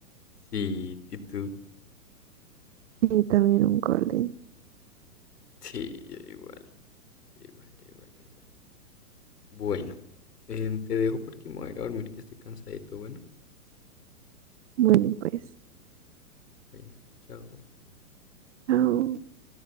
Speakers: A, on the left; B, on the right.
A: Sí, ¿y tú?
B: Y también un Golden.
A: Sí, yo igual. igual, igual, igual. Bueno, em, te dejo porque me voy a ir a dormir que estoy cansadito. Bueno,
B: Bueno, pues,
A: bueno, chao.
B: chao.